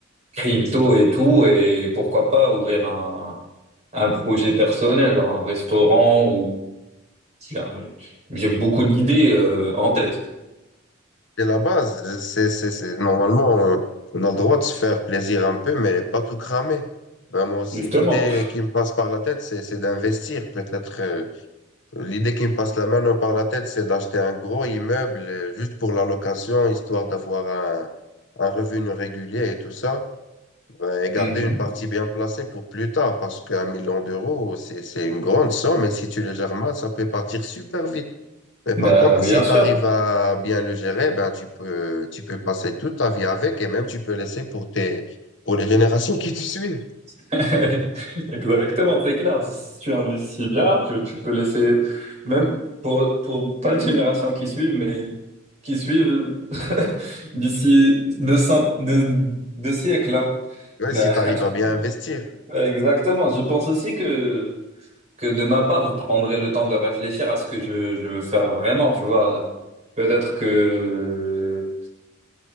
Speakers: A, on the right; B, on the left.
A: crypto et tout et pourquoi pas ouvrir un, un projet personnel, genre un restaurant j'ai j'ai beaucoup d'idées euh, en tête,
B: C'est la base. C'est, c'est, c'est... Normalement, euh, on a le droit de se faire plaisir un peu, mais pas tout cramer. Ben, moi aussi,
A: justement.
B: l'idée qui me passe par la tête, c'est, c'est d'investir. Peut-être, euh, l'idée qui me passe la main par la tête, c'est d'acheter un gros immeuble euh, juste pour la location, histoire d'avoir un, un revenu régulier et tout ça. Ben, et garder
A: Mhm.
B: une partie bien placée pour plus tard, parce qu'un million d'euros, c'est, c'est une grande somme, et si tu le gères mal, ça peut partir super vite. Mais
A: Bah,
B: par contre,
A: bien
B: si
A: sûr.
B: tu arrives à bien le gérer, ben tu peux, tu peux passer toute ta vie avec et même tu peux laisser pour tes, pour les générations qui te suivent.
A: <laughs> Exactement, c'est clair. Si tu investis bien, tu, tu peux laisser, même pour, pour pas les générations qui suivent, mais qui suivent <laughs> d'ici deux, cent- deux, deux siècles. hein.
B: Ouais,
A: Bah,
B: si tu arrives à bien investir,
A: <laughs> exactement. Je pense aussi que, que de ma part, je prendrai le temps de réfléchir à ce que je, je veux faire vraiment, tu vois. Peut-être que